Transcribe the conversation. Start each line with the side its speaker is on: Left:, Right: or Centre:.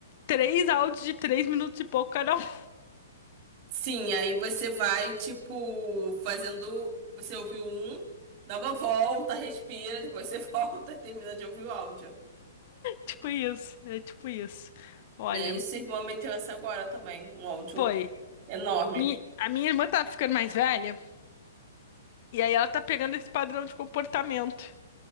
Left: Três áudios de três minutos e pouco cada um. <laughs>
Right: Sim, aí você vai, tipo, fazendo. Você ouviu um, dá uma volta, respira, depois você <laughs> volta e termina de ouvir o áudio.
Left: Tipo isso, é tipo isso. Olha,
Right: E aí, sua irmã meteu essa agora também, um áudio
Left: foi.
Right: enorme.
Left: Mi- a minha irmã tá ficando mais velha, e aí ela tá pegando esse padrão de comportamento.